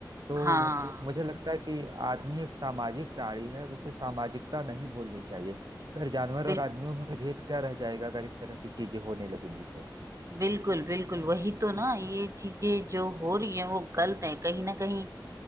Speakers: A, on the right; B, on the right.
A: तो
B: हाँ
A: मुझे लगता है कि आदमी एक सामाजिक प्राणी है और उसे सामाजिकता नहीं भूलनी चाहिए फिर जानवर
B: बिल,
A: और आदमियों में भेद क्या रह जाएगा अगर इस तरह की चीजें होने लगेंगी तो
B: बिल्कुल बिल्कुल वही तो ना ये चीजें जो हो रही हैं वो गलत है कहीं ना कहीं